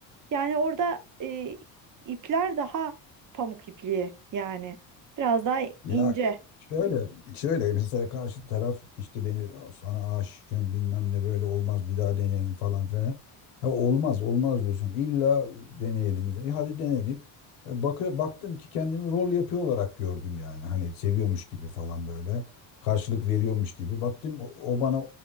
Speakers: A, on the right; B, on the left.
A: yani orada e, ipler daha pamuk ipliği yani biraz daha
B: Ya
A: ince.
B: şöyle şöyle mesela karşı taraf işte beni sana aşığım bilmem ne böyle olmaz bir daha deneyelim falan filan. Ya olmaz olmaz diyorsun. İlla deneyelim. illa. E hadi denedik. E Bak, baktım ki kendimi rol yapıyor olarak gördüm yani. Hani seviyormuş gibi falan böyle. Karşılık veriyormuş gibi. Baktım o, o bana